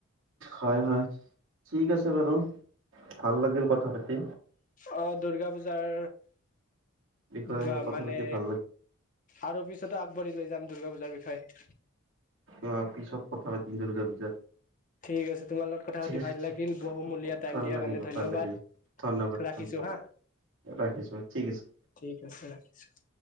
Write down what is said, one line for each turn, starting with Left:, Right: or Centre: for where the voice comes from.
Right: হয় হয়, ঠিক আছে বাৰু ভাল লাগিল কথা পাতি।
Left: অ' দুৰ্গা পূজাৰ
Right: বিষয়ে
Left: বা
Right: কথা
Left: মানে
Right: পাতি ভাল লাগিল
Left: আৰু পিছত আগবাঢ়ি লৈ যাম দুৰ্গা পূজাৰ বিষয়
Right: অ', পিছত কথা পাতিম দুৰ্গা পূজাত
Left: ঠিক আছে তোমাৰ লগত কথা
Right: ঠিক
Left: পাতি
Right: আছে
Left: ভাল
Right: ঠিক
Left: লাগিল বহুমূলীয়া টাইম
Right: ভাল
Left: দিয়াৰ
Right: লাগিব
Left: কাৰণে ধন্যবাদ।
Right: ভাল লাগিল ধন্যবাদ
Left: ৰাখিছো
Right: ধন্যবাদ
Left: হা
Right: ৰাখিছোঁ ঠিক আছে।
Left: ঠিক আছে ৰাখিছোঁ।